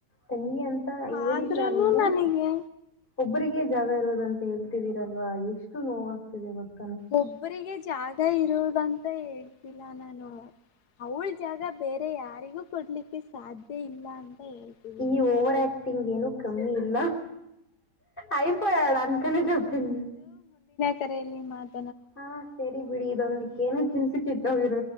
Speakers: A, on the left; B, on the left.
A: <unintelligible> ಅಂತ ಹೇಳಿಲ್ಲ
B: ಆದ್ರೂನು
A: ನೀವು
B: ನನಗೆ
A: ಒಬ್ಬರಿಗೆ ಜಾಗ ಇರೋದಂತ ಹೇಳ್ತಿದೀರಲ್ವಾ ಎಷ್ಟು ನೋವಾಗ್ತಿದೆ ಗೊತ್
B: ಒಬ್ಬರಿಗೆ ಜಾಗ ಇರುದಂತ ಮತ್ತ ಹೇಳ್ತಿಲ್ಲ ನಾನು ಅವಳ ಜಾಗ ಬೇರೆ ಯಾರಿಗೂ ಕೊಡ್ಲಿಕ್ಕೆ ಸಾಧ್ಯ ಇಲ್ಲ ಹೇಳ್ತಿದ್ದೀನಿ
A: ಈ ಓವರ್ ಆಕ್ಟಂಗ್ ಏನುೂ ಕಮ್ಮಿ ಇಲ್ಲ ಅಐಪಯಳ ಅಂತಕನಪ್ಪಿನ್
B: ರೆಯಲ್ಲಿ <inaudible>
A: ಹಾ ಸರಿ ಬಿಡಿ ಇದೊಂದಿಕ್ಕ ಏನ ಕೆಲ್ಸಕ್ <inaudible> ಇತ್ತಾವರ